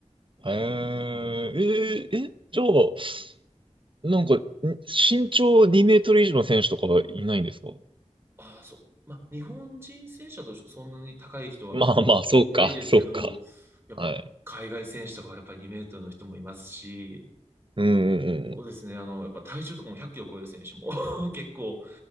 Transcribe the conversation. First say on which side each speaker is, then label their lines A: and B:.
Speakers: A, on the right (about 45°); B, on the right (about 20°).
A: へえ、
B: うん
A: えー、え、じゃあ、なんか、ん身長2メートル以上の選手とかはいないんですか
B: ああ、そう。まあ、日本人選手だとそんなに高い人はいないですけど、
A: まあまあ、そうか、そうか。
B: やっぱ海外選手とかはやっぱ2メートルの人もいますし、
A: はい。うんうんうん。
B: そうですね、あの、やっぱ体重とかも100キロ超える選手も <laughs> 結構